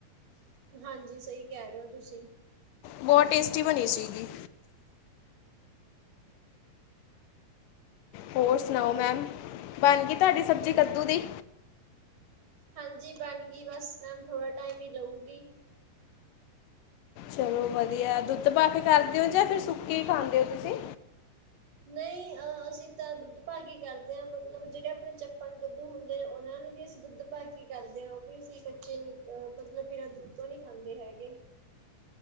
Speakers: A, on the right; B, on the left.
A: ਹਾਂਜੀ ਸਹੀ ਕਹਿ ਰਹੇ ਹੋ ਤੁਸੀਂ
B: ਬਹੁਤ ਟੇਸਟੀ ਬਣੀ ਸੀਗੀ। ਹੋਰ ਸੁਣਾਓ ਮੈਮ ਬਣ ਗਈ ਤੁਹਾਡੀ ਸਬਜ਼ੀ ਕੱਦੂ ਦੀ
A: ਹਾਂਜੀ ਬਣ ਗਈ ਬਸ ਮੈਮ ਥੋੜਾ ਟਾਈਮ ਹੀ ਲਊਗੀ।
B: ਚਲੋ ਵਧੀਆ ਦੁੱਧ ਪਾ ਕੇ ਕਰਦੇ ਹੋ ਜਾਂ ਫਿਰ ਸੁੱਕੀ ਖਾਂਦੇ ਹੋ ਤੁਸੀਂ
A: ਨਹੀਂ ਅਹ ਅਸੀਂ ਤਾਂ ਦੁੱਧ ਭਾਗੀ ਕਰਦੇ ਹਾਂ ਮਤਲਬ ਜਿਹੜੇ ਆਪਣੇ ਚੱਪਣ ਕੱਦੂ ਹੁੰਦੇ ਨੇ ਉਹਨਾਂ ਨੂੰ ਵੀ ਅਸੀਂ ਦੁੱਧ ਭਾਗੀ ਕਰਦੇ ਹਾਂ ਉਹ ਵੀ ਅਸੀਂ ਕੱਚੇ ਨੀ ਅਹ ਮਤਲਬ ਬਿਨਾਂ ਦੁੱਧ ਤੋਂ ਨਹੀਂ ਖਾਂਦੇ ਹੈਗੇ।